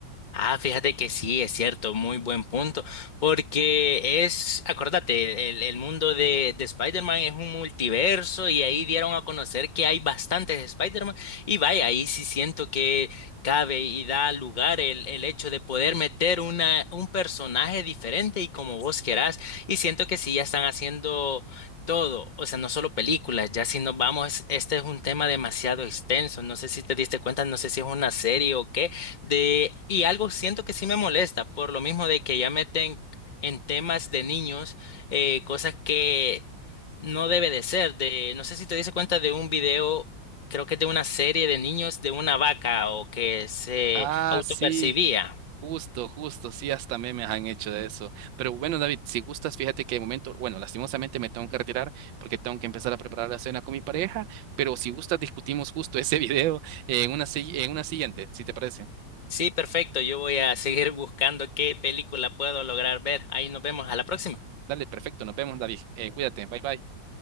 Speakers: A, on the left; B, on the right.
A: Ah, fíjate que sí, es cierto, muy buen punto, porque es, acordate, el, el mundo de, de Spider-Man es un multiverso y ahí dieron a conocer que hay bastantes Spider-Man y vaya, ahí sí siento que cabe y da lugar el, el hecho de poder meter una, un personaje diferente y como vos querás y siento que sí, ya están haciendo... Todo, o sea, no solo películas, ya si nos vamos, este es un tema demasiado extenso, no sé si te diste cuenta, no sé si es una serie o qué, de, y algo siento que sí me molesta, por lo mismo de que ya meten en temas de niños eh, cosas que no debe de ser. De, no sé si te diste cuenta de un video, creo que es de una serie de niños de una vaca o que se
B: Ah,
A: autopercibía.
B: sí, justo, justo, sí, hasta memes han hecho de eso. Pero bueno, David, si gustas, fíjate que de momento, bueno, lastimosamente me tengo que retirar porque tengo que empezar a preparar la cena con mi pareja, pero si gustas, discutimos justo ese <laughs> video en una, si- en una siguiente, si te parece.
A: Sí, perfecto, yo voy a seguir <laughs> buscando qué película puedo lograr ver. Ahí nos vemos a la próxima.
B: Dale, perfecto, nos vemos, David. Eh, cuídate, bye bye.